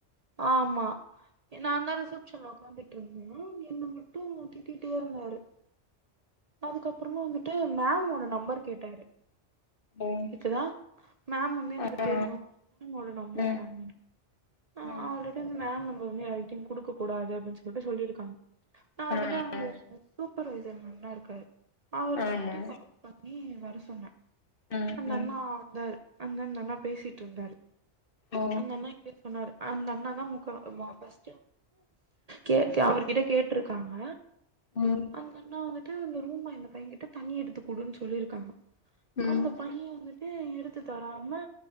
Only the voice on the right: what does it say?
ஆமா ஏ நா தான் ரிசப்ஷன்ல உக்காந்துட்டு இருந்தேனா என்ன மட்டும் திட்டிட்டே இருந்தாரு அதுக்கப்புறமா வந்துட்டு மேம்வோட நம்பர் கேட்டாரு
இருக்குதா மேம் வந்து எனக்கு
தெரியும் மேமோட நம்பர்
தாங்கனு நா
ஆல்ரெடி வந்து மேம் நம்மர் வந்து யாரிட்டையும் கொடுக்க கூடாது அப்படின்னு சொல்லிட்டு சொல்லியிருக்காங்க நா வந்துட்டு
அவங்க
சூப்பர்வைசர்ன் அண்ணா இருக்காரு அவருக்கு
வந்துட்டு கால் பண்ணி வர சொன்னே
அந்த
அண்ணா வந்த அண்ணண்ணா பேசிட்டு இருந்தாரு
அந்த அண்ணா இங்க சொன்னாரு அந்த அண்ணா தா முக வாபஸ் கேக்கே அவர்கிட்ட கேட்டுருக்காங்க
அந்த அண்ணா வந்துட்டு இந்த ரூம் இந்த பையன் கிட்ட தண்ணி எடுத்து குடுன்னு சொல்லிருக்காங்க
அந்த பையன் வந்துட்டு ஏ எடுத்து தராம